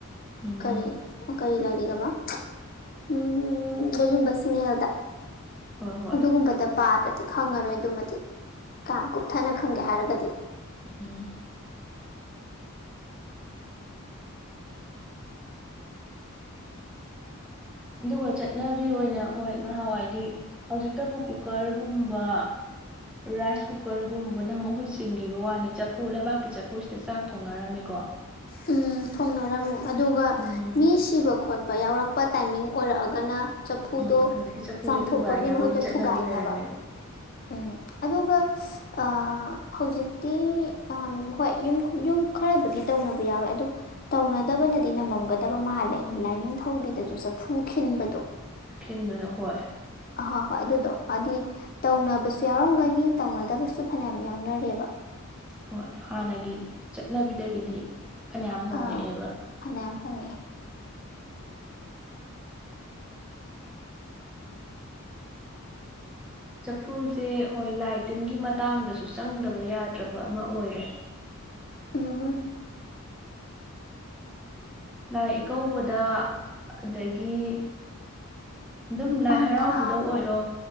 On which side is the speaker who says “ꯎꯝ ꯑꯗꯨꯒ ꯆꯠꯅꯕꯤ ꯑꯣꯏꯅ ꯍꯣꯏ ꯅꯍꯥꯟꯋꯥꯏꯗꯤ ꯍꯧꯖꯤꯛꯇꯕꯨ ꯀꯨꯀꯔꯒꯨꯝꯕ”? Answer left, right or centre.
Centre